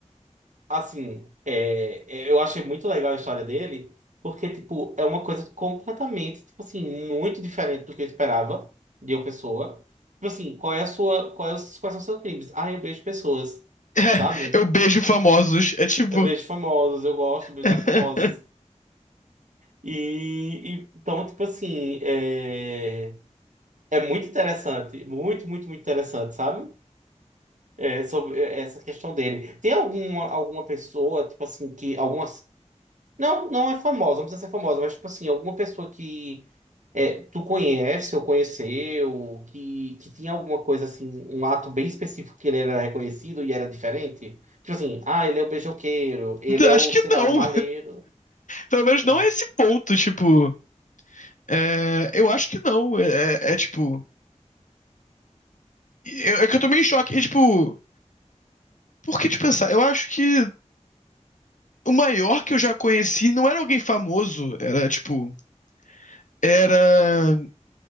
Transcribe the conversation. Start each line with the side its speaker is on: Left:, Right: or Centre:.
Right: Assim, é, é, eu achei muito legal a história dele, porque, tipo, é uma coisa completamente, tipo assim, muito diferente do que eu esperava de uma pessoa. Tipo assim, qual é a sua, qual é os- quais são os seus crimes? Ah, eu beijo pessoas,
Left: É,
Right: sabe?
Left: eu beijo famosos. É tipo,
Right: Eu vejo famosos, eu gosto de beijar
Left: <laughs>
Right: famosos. E, e- então, tipo assim, é, é muito interessante, muito, muito, muito interessante, sabe? É, sobre é, essa questão dele. Tem alguma, alguma pessoa, tipo assim, que alguma Não, não é famosa, não precisa ser famosa, mas tipo assim, alguma pessoa que é, tu conhece ou conheceu, que, que tinha alguma coisa assim, um ato bem específico que ele era reconhecido e era diferente. Tipo assim, ah, ele é o beijoqueiro, ele é
Left: acho
Right: o,
Left: que
Right: sei
Left: não.
Right: lá, o maleiro.
Left: Pelo menos
Right: Hum.
Left: não é esse ponto, tipo, é, eu acho que não. é é, é, tipo eu- é que eu tô meio em choque. E, tipo, por que te pensar? Eu acho que o maior que eu já conheci não era alguém famoso, era tipo. Era.